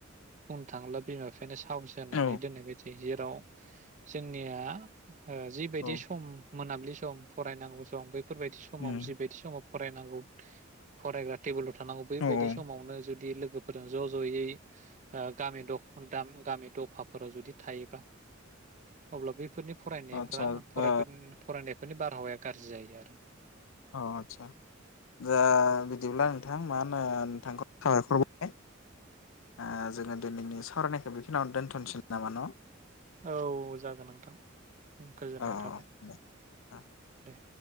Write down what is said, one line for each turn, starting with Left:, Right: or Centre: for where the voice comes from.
Right: बुंनो थाङोब्ला बिमा फेनेस थाव सेरनानै
Left: औ
Right: दोननाय बायदि जायो जेराव जोंनिया ओ जिबायदि
Left: औ
Right: सम मोनाब्लि सम फरायनांगौ सम बै फोरबायदि समाव
Left: उम
Right: जिबायदि समाव फरायनांगौ फरायग्रा टेबोल थानांगौ बेैबायदि
Left: औ औ
Right: समावनो जुदि लो लोगोफोरा ज जयै ओ गामिनि दख गाम गामि दफाफोराव जुदि थायोबा अब्ला बेफोरनि फरायनायफ्रा
Left: आतसा
Right: फरायफेन
Left: ओ
Right: फरायनाय बेफोरनि बारहावाया गाज्रि जायो आरो
Left: अ आतसा जा बिदिब्ला नोंथां मा होनो नोंथांखौ साबायखर बावबाय ओ जोंङो दिनैनि सावरायनायखौ बेखिनियावनो दोन्थसै नामा न
Right: औ जागोन नोंथां गोजोननाय
Left: औ
Right: थाबाय
Left: दे ओ
Right: दे